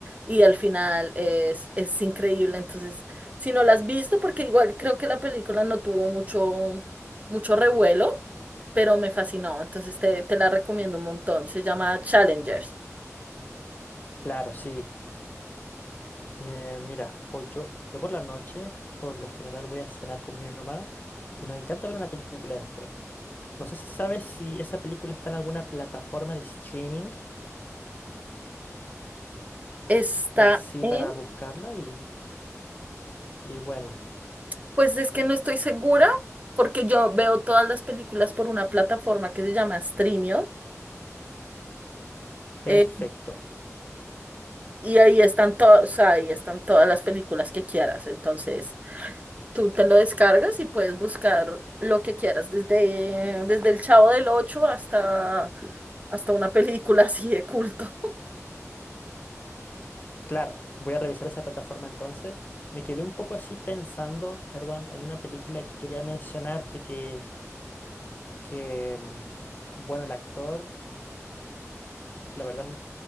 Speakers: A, on the right; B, on the left.
A: y al final es, es increíble. Entonces, si no la has visto, porque igual creo que la película no tuvo mucho, mucho revuelo, pero me fascinó. Entonces, te, te la recomiendo un montón. Se llama Challengers.
B: Claro, sí. Eh, mira, pues yo, yo por la noche, por lo general, voy a cenar con mi mamá y nos encanta ver una película después. No sé si sabes si esa película está en alguna plataforma de streaming,
A: Está
B: así
A: en
B: para buscarla y, y bueno,
A: Pues es que no estoy segura porque yo veo todas las películas por una plataforma que se llama Streamio
B: perfecto.
A: eh, y ahí están todas, ahí están todas las películas que quieras. Entonces, tú te lo descargas y puedes buscar lo que quieras, desde, desde El Chavo del Ocho hasta, hasta una película así de culto. <laughs>
B: Claro, voy a revisar esa plataforma entonces. Me quedé un poco así pensando, perdón, en una película que quería mencionarte que, que, mm, bueno, el actor, la verdad,